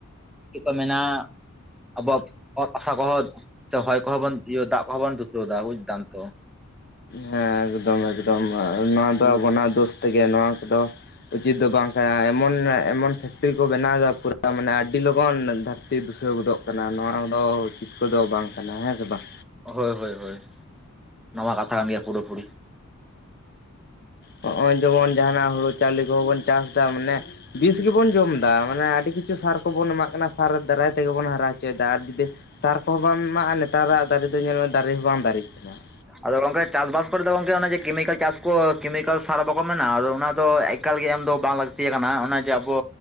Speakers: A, in the centre; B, on the left.
A: ᱪᱮᱫ ᱠᱚ ᱢᱮᱱᱟ ᱟᱵᱚᱣᱟᱜ ᱚᱛ ᱦᱟᱥᱟ ᱠᱚᱦᱚᱸ ᱥᱮ ᱦᱚᱭ ᱠᱚᱦᱚᱸ ᱵᱚᱱ ᱤᱭᱟᱹ ᱫᱟᱜ ᱠᱚᱦᱚᱸᱵᱚᱱ ᱫᱩᱥᱟᱹᱣ ᱮᱫᱟ ᱵᱩᱡᱽ ᱫᱟᱢ ᱛᱚ
B: ᱦᱮᱸ ᱮᱠᱫᱚᱢ-ᱮᱠᱫᱚᱢ ᱱᱚᱣᱟ
A: ᱦᱩᱸ
B: ᱫᱚ ᱟᱵᱚᱱᱟᱜ ᱫᱳᱥ ᱛᱮᱜᱮ ᱱᱚᱣᱟ ᱠᱚᱫᱚ ᱩᱪᱤᱛ ᱫᱚ ᱵᱟᱝ ᱠᱟᱱᱟ ᱮᱢᱚᱱ -ᱮᱢᱚᱱ ᱯᱷᱮᱠᱴᱨᱤ ᱠᱚ ᱵᱮᱱᱟᱣ ᱫᱟᱠᱩ ᱛᱟᱢᱟᱱᱮ ᱟᱹᱰᱤ ᱞᱚᱜᱚᱱ ᱫᱷᱟᱹᱨ ᱛᱤ ᱫᱩᱥᱟᱹᱣ ᱜᱚᱫᱚᱜ ᱠᱟᱱᱟ ᱱᱚᱣᱟ ᱠᱚᱫᱚ ᱪᱤᱛᱠᱟᱹᱨ ᱫᱚ ᱵᱟᱝ ᱠᱟᱱᱟ ᱦᱮᱸ ᱥᱮ ᱵᱟᱝ
A: ᱦᱳᱭ-ᱦᱳᱭ-ᱦᱳᱭ ᱱᱚᱣᱟ ᱠᱟᱛᱷᱟ ᱠᱟᱱ ᱜᱮᱭᱟ ᱯᱩᱨᱟᱹᱯᱩᱨᱤ
B: ᱱᱚᱸᱜᱼᱚᱭ ᱡᱮᱢᱚᱱ ᱡᱟᱦᱱᱟᱜ ᱦᱳᱲᱳ ᱪᱟᱣᱞᱮ ᱠᱚᱦᱚᱸ ᱵᱚᱱ ᱪᱟᱥ ᱫᱟ ᱢᱟᱱᱮ ᱵᱤᱥ ᱜᱮᱵᱚᱱ ᱡᱚᱢ ᱮᱫᱟ ᱢᱟᱱᱮ ᱟᱹᱰᱤ ᱠᱤᱪᱷᱩ ᱥᱟᱨ ᱠᱚᱵᱚᱱ ᱮᱢᱟᱜ ᱠᱟᱱᱟ ᱥᱟᱨ ᱫᱟᱨᱟᱭ ᱛᱮᱜᱮ ᱵᱚᱱ ᱦᱟᱨᱟ ᱫᱟᱨ ᱟᱨ ᱡᱩᱫᱤ ᱥᱟᱨ ᱠᱚᱦᱚᱸ ᱵᱟᱢ ᱮᱢᱟᱜᱼᱟ ᱱᱮᱛᱟᱨᱟᱜ ᱫᱟᱨᱮ ᱫᱚ ᱧᱮᱞᱚᱜᱼᱟ ᱫᱟᱨᱮ ᱦᱚᱸ ᱵᱟᱝ ᱫᱟᱨᱮᱜ ᱠᱟᱱᱟ ᱾
A: ᱟᱫᱚ ᱜᱚᱝᱠᱮ ᱪᱟᱥ-ᱵᱟᱥ ᱠᱚᱨᱮ ᱫᱚ ᱜᱚᱝᱠᱮ ᱚᱱᱮ ᱡᱮ ᱠᱮᱢᱤᱠᱮᱞ ᱪᱟᱥ ᱠᱚ ᱠᱮᱢᱤᱠᱮᱞ ᱥᱟᱨᱟ ᱵᱟᱠᱚ ᱢᱮᱱᱟ ᱟᱫᱚ ᱚᱱᱟ ᱫᱚ ᱮᱠ ᱮᱠᱟᱞᱜᱮ ᱮᱢ ᱫᱚ ᱵᱟᱝ ᱞᱟᱹᱠᱛᱤ ᱠᱟᱱᱟ ᱚᱱᱟ ᱡᱮ ᱟᱵᱚ